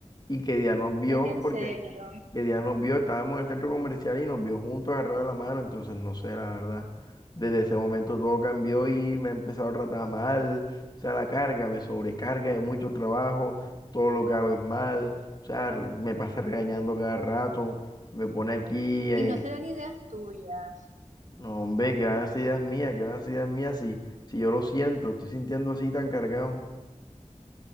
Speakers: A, on the left; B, on the right.
A: y que día nos vio
B: Es en
A: porque
B: serio.
A: que Diana nos vio, estábamos en el centro comercial y nos vio juntos agarrados de la mano, entonces no sé, la verdad. Desde ese momento todo cambió y me he empezado a tratar mal, o sea, la carga me sobrecarga de mucho trabajo, todo lo que hago es mal, o sea, re- me pasa regañando cada rato, me pone aquí, en...
B: Y no serán ideas tuyas.
A: no, hombre, que van a ser ideas mías, que van a ser ideas mías, si, si yo lo siento, estoy sintiendo así tan cargado.